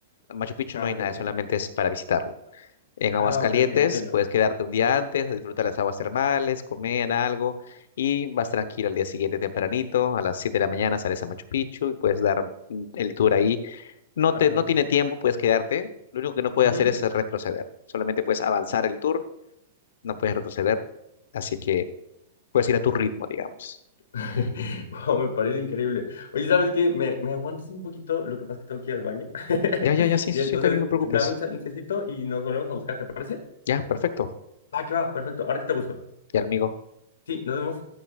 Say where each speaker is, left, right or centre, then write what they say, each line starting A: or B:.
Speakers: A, on the left; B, on the left.
A: En Machu Picchu
B: Ah,
A: no hay
B: ok,
A: nada,
B: ok.
A: solamente es para visitarlo. En Aguascalientes
B: Ah, ok, ok, entiendo.
A: puedes quedarte un día antes, a disfrutar las aguas termales, comer algo y vas tranquilo al día siguiente tempranito, a las 7 de la mañana sales a Machu Picchu y puedes dar mm, el tour ahí. No te,
B: Ajá.
A: no tiene tiempo, puedes quedarte. Lo único que no puedes
B: Ujú.
A: hacer es retroceder. Solamente puedes avanzar el tour, no puedes retroceder. Así que puedes ir a tu ritmo, digamos.
B: <laughs> Wow, me parece increíble. Oye, ¿sabes qué? ¿Me, me aguantas un poquito? Lo que pasa es que tengo que ir al baño. <laughs>
A: Ya, ya, ya, sí,
B: Y
A: sí,
B: entonces,
A: sí, está bien, no te
B: dame
A: preocupes.
B: un chancecito y nos volvemos a buscar, ¿te parece?
A: Ya, perfecto.
B: Va, que va, perfecto. Ahorita te busco.
A: Ya, amigo.
B: Sí, nos vemos.